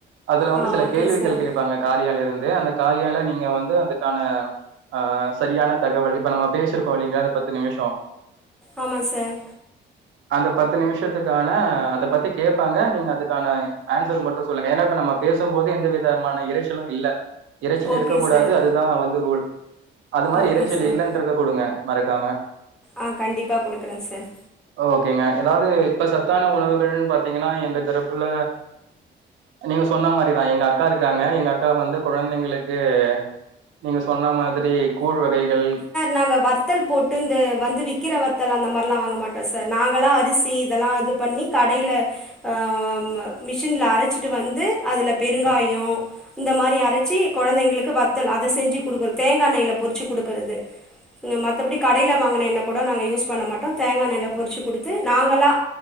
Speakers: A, on the right; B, in the centre.
A: அதுல வந்து
B: ஆ
A: சில
B: ஓகே
A: கேள்விகள்
B: சார்
A: கேப்பாங்க காரியால இருந்து அந்த காரியால நீங்க வந்து அதுக்கான ஆ சரியான தகவல் இப்ப நம்ம பேசிருக்கோ இல்லைங்ளா இந்த பத்து நிமிஷோ
B: ஆமா சார்
A: அந்த பத்து நிமிஷத்துக்கான அத பத்தி கேப்பாங்க நீங்க அதுக்கான ஆன்சர் மட்டு சொல்லுங்க ஏன்னா இப்ப நம்ம பேசுபோது எந்த விதமான இரைச்சலு இல்ல இரைச்சல்
B: ஓகே
A: இருக்க கூடாது
B: சார்
A: அதுதா வந்து ரூல் அது மாறி
B: ஓகே
A: இரைச்சல்
B: சார்
A: இல்லன்றத குடுங்க மறக்காம
B: ஆ கண்டிப்பா குடுக்குறே சார்
A: ஓகேங்க ஏதாவுது இப்ப சத்தான உணவுகள்ன்னு பாத்தீங்ன்னா எங்க தரப்புல நீங்க சொன்ன மாறிதா எங்க அக்கா இருக்காங்க எங்க அக்கா வந்து குழந்தைங்களுக்கு நீங்க சொன்ன மாதிரி கூழ் வகைகள்
B: நாங்க வத்தல் போட்டு இந்த வந்து விக்கிற வத்தல் அந்த மாறிலா வாங்க மாட்டோ சார் நாங்களா அரிசி இதெல்லா இது பண்ணி கடைல அ மிஷின்ல அரச்சிட்டு வந்து அதுல பெருங்காயோ
A: அ
B: இந்த மாறி அரச்சு கெழந்தைங்களுக்கு வத்தல் அத செஞ்சு குடுக்றது தேங்காய் எண்ணெய்லே பொறிச்சு குடுக்கறது மத்தபடி கடைல வாங்குன எண்ண கூட நாங்க யூஸ் பண்ண மாட்டோ தேங்கா எண்ணய்ல பொறிச்சு குடுத்து நாங்களா